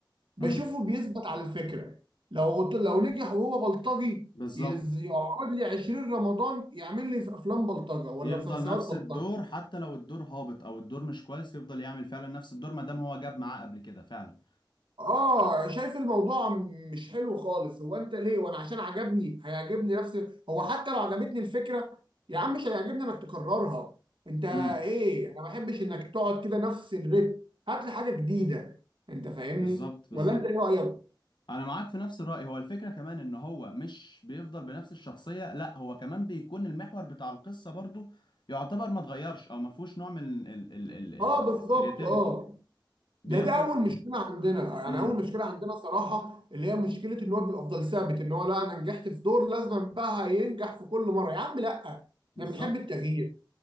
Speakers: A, on the right; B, on the left.
A: بشوفه
B: امم
A: بيثبت على الفكره لو غط- لو نجح وهو بلطجي
B: بالظبط
A: يز- يقعد لي 20 رمضان يعمل لي في افلام بلطجه ولا
B: يفضل
A: مسلسلات
B: نفس
A: بلطجه
B: الدور حتى لو الدور هابط او الدور مش كويس يفضل يعمل فعلا نفس الدور ما دام هو جاب معاه قبل كده فعلا
A: اه شايف الموضوع م- مش حلو خالص هو انت ليه وانا عشان عجبني هيعجبني نفس هو حتى لو عجبتني الفكره يا عم مش هيعجبني انك تكررها انت ايه
B: امم
A: انا ما بحبش انك تقعد كده نفس الريتم هات لي حاجه جديده انت فاهمني
B: بالظبط بالظبط
A: ولا انت ايه رايك
B: انا معاك في نفس الرأي هو الفكرة كمان ان هو مش بيفضل بنفس الشخصية لا هو كمان بيكون المحور بتاع القصة برضو يعتبر ما اتغيرش او ما فيهوش نوع من الكرياتيفيتي
A: اه بالظبط اه
B: بيفضل
A: ده ده اول مشكله عندنا يعني
B: امم
A: اول مشكله عندنا صراحه اللي هي مشكله ان هو بيبقى افضل ثابت ان هو لا انا نجحت في دور لازم بقى ينجح في كل مره يا عم لا احنا
B: بالظبط
A: بنحب التغيير